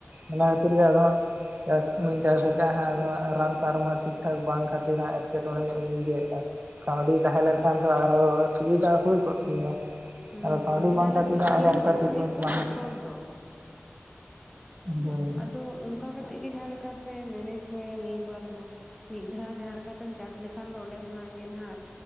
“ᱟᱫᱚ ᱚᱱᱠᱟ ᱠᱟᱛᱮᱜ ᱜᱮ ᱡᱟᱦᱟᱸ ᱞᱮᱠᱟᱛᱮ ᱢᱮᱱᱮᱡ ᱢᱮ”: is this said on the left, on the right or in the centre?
Centre